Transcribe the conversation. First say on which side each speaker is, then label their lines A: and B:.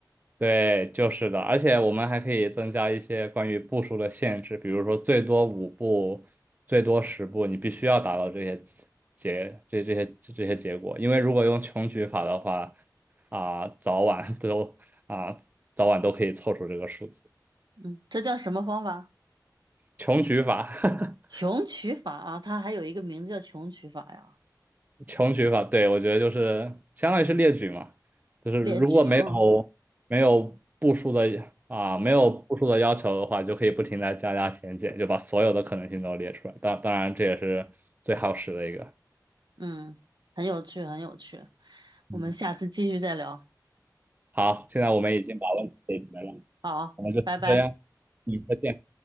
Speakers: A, on the right; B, on the right.
A: 对，就是的，而且我们还可以增加一些关于步数的限制，比如说最多五步，最多十步，你必须要达到这些结这这些这些结果，因为如果用穷举法的话，啊、早晚都啊、早晚都可以凑出这个数字，
B: 嗯，这叫什么方法？
A: 穷举法。<laughs>
B: 穷举法啊，它还有一个名字叫穷举法呀，
A: 穷举法，对，我觉得就是相当于是列举嘛，就是如果没有没有步数的啊，
B: 列举啊，嗯
A: 没有步数的要求的话，就可以不停的加加减减，就把所有的可能性都列出来。当当然，这也是最耗时的一个。
B: 嗯，很有趣，很有趣，
A: 嗯，
B: 我们下次继续再聊，
A: 好，现在我们已经把问题解决了，
B: 好，
A: 我们就这样，
B: 拜拜。
A: 嗯，再见。